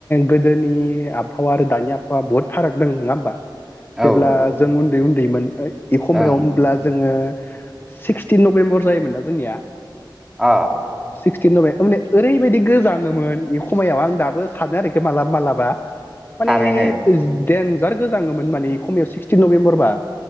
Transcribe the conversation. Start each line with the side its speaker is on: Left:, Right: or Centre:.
Left: गोदोनि आबहावा आरो दानि आबहावा बुहुद फाराग दं नङा होमबा?
Centre: औ
Left: जेब्ला जों उन्दै उ न्दैमोन इखमायाव
Centre: ओं
Left: होमब्ला जोङो सिक्सटिन नभेम्बर जायोमोन नना जोंनिया?
Centre: अ
Left: सिक्सटिन नबे- माने ओरैबायदि गोजाङोमोन बे खमायाव आं दाबो सानो आरोखि मालाबा माबलाबा माने
Centre: थारैनो
Left: ओ देन जार गोजाङोमोन माने खमियाव सिक्सटिन नभेम्बरबा